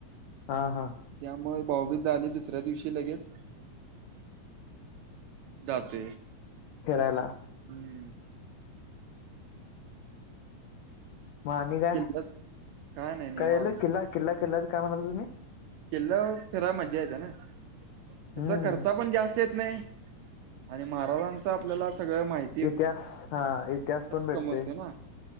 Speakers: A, on the left; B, on the right.
A: हा हा.
B: त्यामुळ भाऊबीज झाली, दुसऱ्या दिवशी लगेच. जातोय
A: फीरायला
B: <unintelligible>
A: म निघा,
B: किल्ल्यात नाही निवांत
A: काय याल किल्ला-किल्ला, किल्लाच काय म्हणाल तुम्ही?
B: कील्लाव फिराय मज्जा येत ना? तस
A: हम्म
B: करत <unintelligible> चा पण ज्यास्त येत नाइ आणि महाराजांच आपल्याला सगळं माहि
A: इतिआस, हां इतिआस, पण भेटतोय,
B: समजतोय ना.